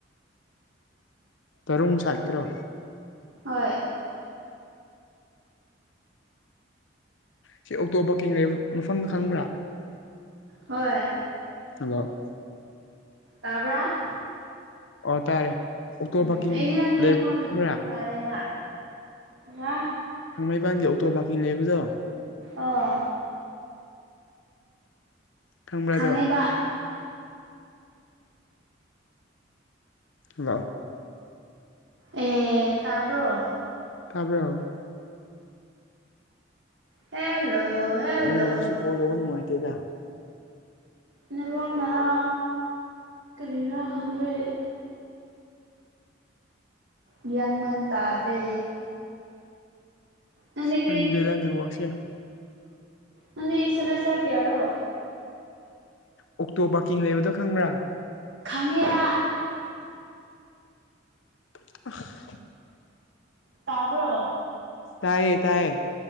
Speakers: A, on the left; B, on the right.
A: ꯀꯔꯨꯡ ꯁꯥꯢꯠꯇꯔꯣ
B: ꯍꯣꯏ
A: ꯁꯤ ꯑꯣꯛꯇꯣ ꯄꯥꯀꯤꯡ ꯂꯩꯕ ꯃꯐꯝꯗꯨ ꯈꯪꯕ꯭ꯔꯥ
B: ꯍꯣꯏ
A: ꯍꯜꯂꯣ
B: ꯇꯥꯕꯔꯥ
A: ꯑꯣ ꯇꯥꯔꯦ ꯑꯣꯛꯇꯣ
B: ꯎꯝ
A: ꯄꯥꯔꯀꯤꯡ
B: ꯑꯩꯗꯤ ꯅꯪꯒꯤ
A: ꯂꯩꯕ
B: ꯃꯈꯣꯟ
A: ꯈꯪꯕ꯭ꯔꯥ
B: ꯇꯥꯏꯌꯦꯕ ꯍꯥ
A: ꯊꯥꯡꯃꯩꯕꯟꯒꯤ ꯑꯣꯇꯣ ꯄꯥꯔꯀꯤꯡ ꯂꯩꯕꯗꯣ
B: ꯑꯥ
A: ꯈꯪꯕꯔꯥ
B: ꯈꯪꯉꯦꯕ
A: ꯑꯗꯣ ꯍꯜꯂꯣ
B: ꯑꯦ ꯇꯥꯕꯔꯣ
A: ꯇꯥꯕꯔꯣ
B: ꯍꯦꯜꯂꯣ ꯍꯦꯜꯂꯣ
A: ꯅꯦꯠꯋꯥꯔꯛꯁꯦ ꯀꯣꯜ ꯇꯧꯕ ꯅꯨꯡꯉꯥꯏꯇꯦꯗ
B: ꯅꯦꯠꯋꯥꯔꯛꯅꯔꯥ ꯀꯥꯔꯤꯔꯥ ꯈꯪꯗ꯭ꯔꯦ ꯑꯩ ꯒꯌ꯭ꯥꯟ ꯃꯦꯟ ꯇꯥꯗ꯭ꯔꯦ ꯅꯪꯗꯤ
A: ꯈꯪꯗ꯭ꯔꯦꯗꯥ
B: ꯀꯔꯤ
A: ꯅꯦꯠꯋꯥꯔꯛꯁꯦ
B: ꯅꯪꯗꯤ ꯁꯦꯃꯦꯁ꯭ꯇꯔ ꯀꯌꯥꯅꯣ
A: ꯑꯣꯛꯇꯣ ꯄꯥꯔꯀꯤꯡ ꯂꯩꯕꯗꯣ ꯈꯪꯕ꯭ꯔꯥ
B: ꯈꯪꯉꯦꯕꯥ
A: <inaudible>
B: ꯇꯥꯕꯔꯣ
A: ꯇꯥꯏꯌꯦ ꯇꯥꯏꯌꯦ